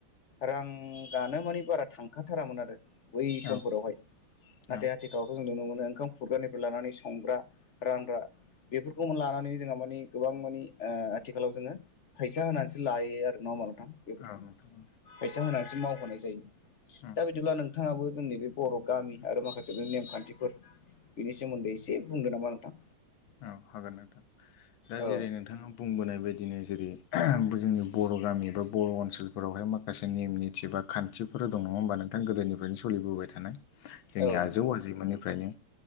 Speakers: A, on the left (about 55°); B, on the left (about 80°).
A: रां गानो मानि बारा थांखाथारामोन आरो बै समफोरावहाय
B: औ नोंथां
A: नाथाय
B: औ
A: आथिखावथ' जों नुनो मोनो ओंखाम खुरग्रानिफ्राय लानानै संग्रा रानग्रा बेफोरखौ लानानै जोंहा माने गोबां मानिे आथिखालाव जोङो फैसा होनानैसो लायो आरो नङा होमबा नोंथां बेफोरखौ
B: औ नोंथां
A: फैसा होनानैसो मावहोनाय जायो।
B: औ
A: दा बिदिब्ला नोंथाङाबो जोंनि बे बर' गामि आरो माखासे नेमखान्थिफोर बिनि सोमोन्दै एसे बुंदो नामा नोंथां।
B: औ हागोन नोंथां दा
A: औ
B: जेरै नोंथाङा बुंबोनाय बायदिनो जेरै जोंनि बर' गामि बा बर' ओनसोलफोरावहाय मा माखासे नेम निथि बा खान्थिफोर दं नङा होमबा नोंथां गोदोनिफ्रायनो सोलिबोबाय थानाय जोंनि
A: औ
B: आजौ
A: नोंथां
B: आजैमोननिफ्रायनो